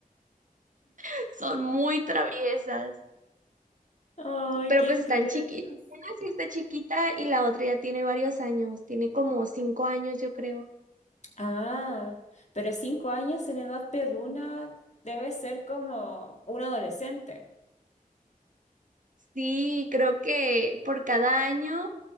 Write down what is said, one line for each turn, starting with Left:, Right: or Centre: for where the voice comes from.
Right: <laughs> son muy traviesas,
Left: Ay,
Right: pero
Left: qué
Right: pues están
Left: tiernas.
Right: chiquitas. Una sí está chiquita y la otra ya tiene varios años, tiene como cinco años, yo creo.
Left: Ah, pero cinco años en edad perruna debe ser como un adolescente.
Right: Sí, creo que por cada año